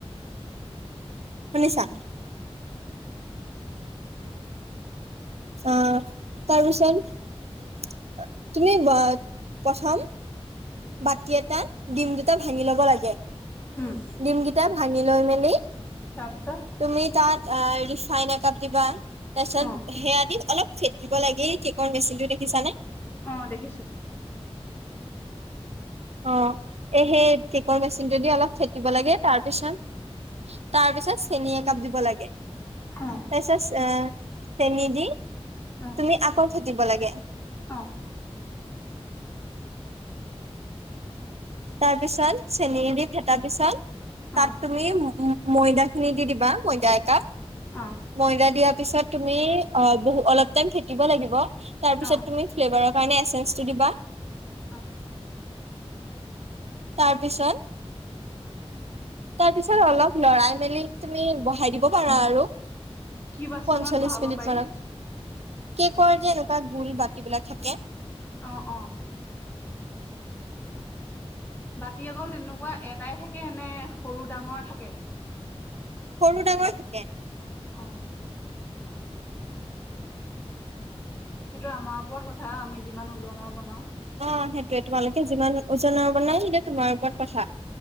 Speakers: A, on the right; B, on the left.
A: শুনিছা?
B: উম।
A: অ', তাৰপিছত তুমি বা, প্ৰথম বাটি এটাত ডিম দুটা ভাঙি ল'ব লাগে।
B: উম,
A: ডিমগিটা ভাঙি লৈ মেলি
B: তাৰপাছত
A: তুমি তাত আ ৰিফাইন একাপ দিবা তাৰপিছত
B: অ',
A: সেয়া দি অলপ ফেটিব লাগে এই কেকৰ মেচিনটো দেখিছানে?
B: অ', দেখিছো
A: অ, এ, সেই কেকৰ মেচিনটো দি অলপ ফেটিব লাগে তাৰ পিছত তাৰ পিছত চেনী একাপ দিব লাগে।
B: অ',
A: তাৰপিছত আহ চেনী দি
B: অ',
A: তুমি আওকণ ফেটিব লাগে।
B: অ',
A: তাৰ পিছত চেনীৰে দি ফেটাৰ পিছত তাত
B: অ',
A: তুম তুমি ময়দাখিনি দি দিবা ময়দা একাপ।
B: অ'।
A: ময়দা দিয়াৰ পিছত তুমি অ, বহু অলপ টাইম ফেটিব লাগিব তাৰ পিছত
B: অ',
A: তুমি ফ্লেভাৰৰ কাৰণে এচেন্ঞ্চটো দিবা।
B: আহ।
A: তাৰ পিছত তাৰপিছত অলপ লৰাই মেলি তুমি বহাই দিব পাৰা আৰু।
B: কি বাচনত
A: পঞ্চল্লিশ
B: বহাব
A: মিনিট
B: পাৰি
A: মানত কেকৰ যে এনেকুৱা গোল বাতিবিলাক থাকে।
B: অ', অ'। বাতি অকল তেনেকুৱা এটাই থাকে নে সৰু, ডাঙৰ থাকে।
A: সৰু, ডাঙৰ থাকে।
B: অ'। সেইটো আমাৰ ওপৰত কথা আমি যিমান ওজনৰ বনাও
A: অ, সেইটোয়ে তোমালোকে যিমান ওজনৰ বনাই সেইয়া তোমাৰ ওপৰত কথা।